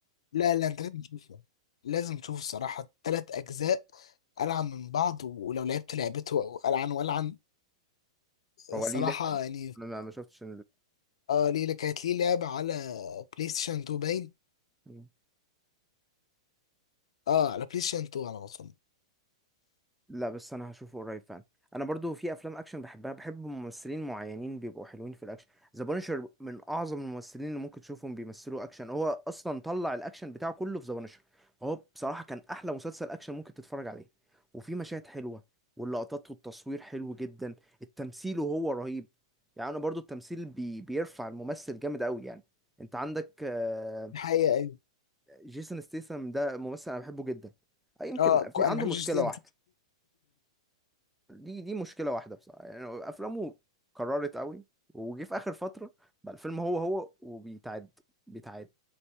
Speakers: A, on the left; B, in the centre.
A: لا لا انت لازم تشوفه لازم تشوف الصراحة تلات أجزاء ألعن من بعض ولو لعبت لعبته أو ألعن وألعن
B: هو
A: الصراحة
B: ليه لعبه
A: يعني
B: انا ما ما شفتش
A: اه ليه لك- كانت ليه لعبة على بلاي ستيشن 2 باين
B: ال...
A: اه على بلاي ستيشن 2 على ما أظن
B: لا بس انا هشوفه قريب فعلا انا برضو في افلام اكشن بحبها بحب ممثلين معينين بيبقوا حلوين في الاكشن ذا بانشر من اعظم الممثلين اللي ممكن تشوفهم بيمثلوا اكشن هو اصلا طلع الاكشن بتاعه كله في ذا بانشر فهو بصراحه كان احلى مسلسل اكشن ممكن تتفرج عليه وفي مشاهد حلوه واللقطات والتصوير حلو جدا التمثيل وهو رهيب يعني انا برضو التمثيل بي بيرفع الممثل جامد قوي يعني انت عندك آه،
A: الحقيقة أيوة
B: جيسون ستيسم ده ممثل انا بحبه جدا آه، يمكن
A: اه
B: في
A: ك- أنا
B: عنده
A: ما بحبش
B: مشكله
A: جيسلام
B: واحده دي دي مشكله واحده بصراحه يعني افلامه كررت قوي وجي في اخر فتره بقى الفيلم هو هو وبيتعد بيتعد